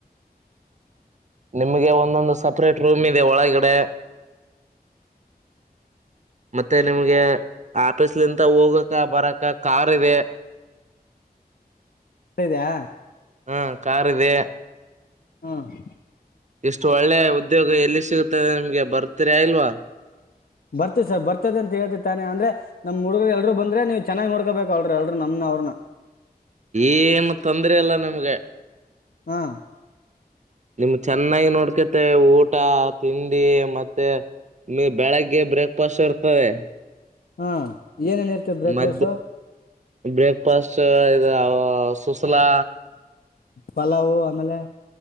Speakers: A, on the right; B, on the left.
A: ನಿಮ್ಗೆ ಒಂದೊಂದು ಸಪ್ರೇಟ್ ರೂಮ್ ಇದೆ ಒಳಗಡೆ ಮತ್ತೆ ನಿಮ್ಗೆ ಆಪೀಸ್ <unintelligible> ಹೋಗಕ ಬರಕ ಕಾರ್ ಇದೆ
B: ಇದ್ಯಾ
A: ಹ್ಮ ಕಾರದೆ
B: ಹ್ಮ
A: ಎಷ್ಟು ಒಳ್ಳೆ ಉದ್ಯೋಗ ಎಲ್ಲಿ ಸಿಗುತ್ತದೆ ನಿಮ್ಗೆ ಬರ್ತೀರ ಇಲ್ವಾ
B: ಬರ್ತಿತಿ ಸರ್ ಬರ್ತದ ಅಂತ ಹೇಳ್ತಿ ತಾನೆ ಅಂದ್ರೆಮಮ್ಮ ಹುಡುಗ್ರು ಎಲ್ರು ಬಂದ್ರೆ ನೀವು ಚೆನ್ನಾಗಿ ನೋಡ್ಕೋಬೇಕು ಅವಲ್ರು ಎಲ್ರು ನಮ್ನ ಅವ್ರನ್ನ <inaudible>
A: ಏನು ತಂದ್ರ ಅಲ್ಲ ನಿಮ್ಗೆ
B: ಹಾ
A: ನಿಮ್ ಚೆನ್ನಾಗಿ ನೋಡ್ಕತೆ ಊಟ ತಿಂಡಿ ಮತ್ತೆ ನೀ ಬೆಳಗ್ಗೆ ಬ್ರೇಕ್ಫಾಸ್ಟ್ ಇರ್ತದೆ
B: ಹಾ ಏನೇನ್ ಇರ್ತ ಬ್ರೇಕ್ಫಾಸ್ಟ್
A: ಮಧ್ಯ ಬ್ರೇಕ್ಫಾಸ್ಟ್ ಇ ಸುಸಲಾ
B: ಪಲಾವು ಆಮೇಲೆ